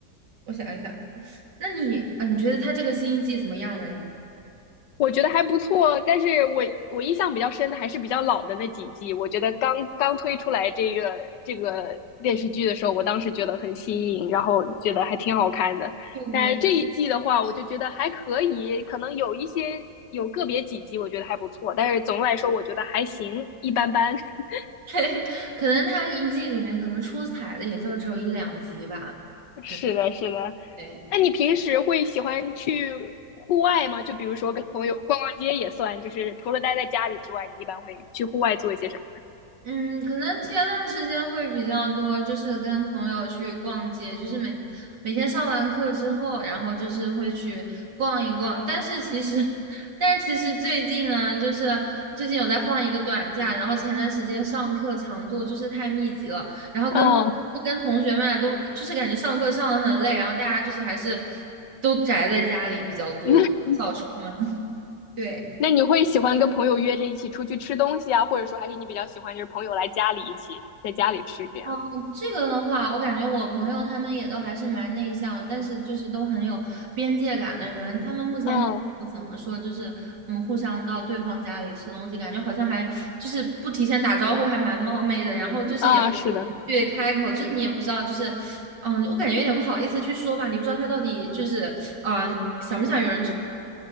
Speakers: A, on the right; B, on the left.
A: 我想一想，那你啊，你觉得他这个新一季怎么样呢？
B: 我觉得还不错，但是我我印象比较深的还是比较老的那几季。我觉得刚刚推出来这个这个电视剧的时候，我当时觉得很新颖，然后觉得还挺好看的。
A: 对对，
B: 但是这一季的话，我就觉得还可以，可能有一些有个别几集我觉得还不错，但是总的来说我觉得还行，一般般。<laughs>
A: <laughs> 可能他一季里面可能出彩的也就只有一两集吧。
B: 是的，
A: 对
B: 是的。
A: 对。
B: 那你平时会喜欢去户外吗？就比如说跟朋友逛逛街也算，就是除了待在家里之外，你一般会去户外做一些什么
A: 嗯，可能前段时间会比较多，就是跟朋友去逛街，就是每每天上完课之后，然后就是会去逛一逛。但是其实，<laughs> 但是其实最近呢，就是最近有在放一个短假，然后前段时间上课强度就是太密集了，然后跟
B: 呢？嗯。
A: 跟同学们啊都就是感觉上课上的很累，然后大家就是还是都宅在家里比较多，
B: 那
A: 就少出门。
B: <laughs>
A: <laughs> 对。
B: 那你会喜欢跟朋友约着一起出去吃东西啊，或者说还是你比较喜欢就是朋友来家里一起在家里吃这样？
A: 嗯这个的话，我感觉我朋友他们也都还是蛮内向，但是就是都很有边界感的人。他们目前还不怎么说，
B: 嗯
A: 就是嗯，互相到对方家里吃东西，感觉好像还就是不提前打招呼，还蛮冒昧的。然后就是也
B: 啊，是的，
A: 对开口，就是你也不知道，就是嗯，我感觉有点不好意思去说吧，你不知道他到底就是啊、呃想不想有人就是